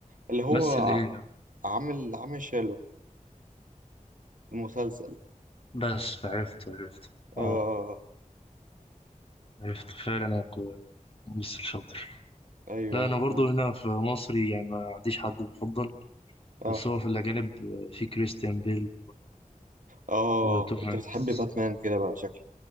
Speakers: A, on the right; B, on the left.
A: اللي هو
B: مثل
A: ع-
B: إيه ده
A: عامل عامل شيرلوك المسلسل
B: بس عرفت عرفت آه
A: آه
B: عرفت فعلا أنا ك- ممثل شاطر
A: أيوه
B: لا أنا برضه
A: ما
B: هنا في مصري يعني ما عنديش حد مفضل
A: آه
B: بس هو في الأجانب آه، في كريستيان بيل
A: آه
B: وتوم هانكس
A: أنت بتحب باتمان كده بقى شكلك